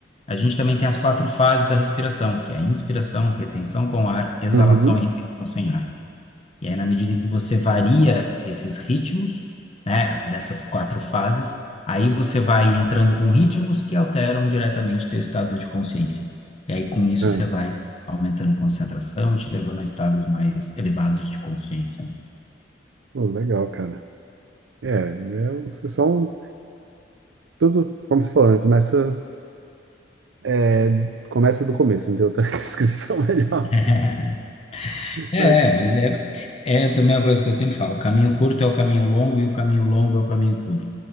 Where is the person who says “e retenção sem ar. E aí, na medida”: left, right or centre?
Left